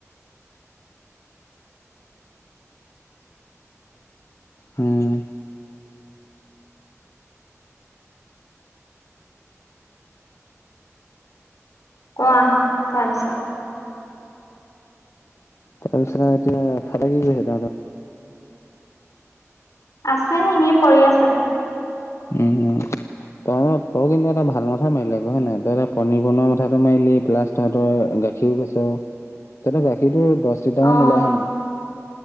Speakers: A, on the left (about 60°); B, on the left (about 85°).
A: হম।
B: কোৱা তাৰপিছত।
A: তাৰপিছ আৰু এতিয়া ফাদাৰ কি কৈছে তাহাঁতৰ।
B: আছে এনেই পৰি আছে।
A: উম উম। তই তই কিন্তু এটা ভাল মথা মাৰিলে কৈ হয় নাই তই এটা পনীৰ বনোৱা মথাটো মিলি প্লাচ তহঁতৰ। সি গৈছ তহতৰ গাখীৰতটো দহ লিটাৰ
B: অ',
A: মান ওলাই আহে নাই।